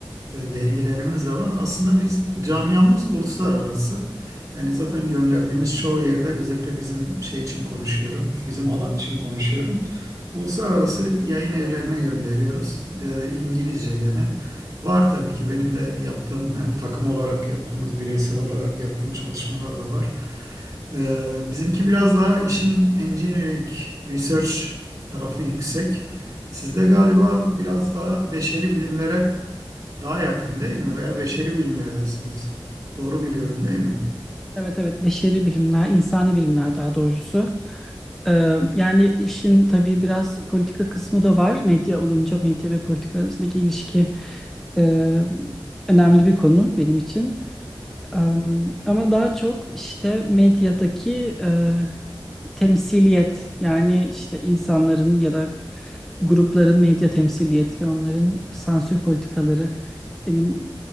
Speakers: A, on the right; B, in the centre.
A: e, dergilerimiz de var. Aslında biz camiamız uluslararası. Yani zaten gönderdiğimiz çoğu yerde özellikle bizim şey için konuşuyorum, bizim alan için konuşuyorum. Uluslararası yayın evlerine gönderiyoruz. E, İngilizce gene. Var tabii ki benim de yaptığım hem takım olarak yaptığımız bireysel olarak yaptığım çalışmalar da var. Ee, bizimki biraz daha işin engineering research tarafı yüksek. Sizde galiba biraz daha beşeri bilimlere daha yakın değil mi? Veya beşeri bilimlerdesiniz. Doğru biliyorum değil mi?
B: Evet evet beşeri bilimler, insani bilimler daha doğrusu. Ee, yani işin tabii biraz politika kısmı da var. Medya olunca medya ve politika arasındaki ilişki e, önemli bir konu benim için. Ee, ama daha çok işte medyadaki e, temsiliyet yani işte insanların ya da grupların medya temsiliyeti ve onların sansür politikaları benim